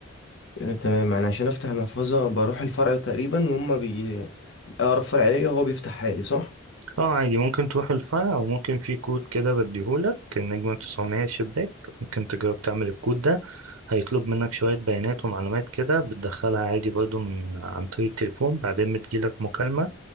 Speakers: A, on the left; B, on the right.
A: يعني تمام يعني عشان افتح المحفظة بروح الفرع تقريبا وهم بي اقرب فرع ليا وهو بيفتحها لي صح
B: اه عادي ممكن تروح الفرع وممكن في كود كده بديهولك النجمة 900 شباك ممكن تجرب تعمل الكود ده هيطلب منك شوية بيانات ومعلومات كده بتدخلها عادي برضو من عن طريق التليفون بعدين بتجيلك مكالمة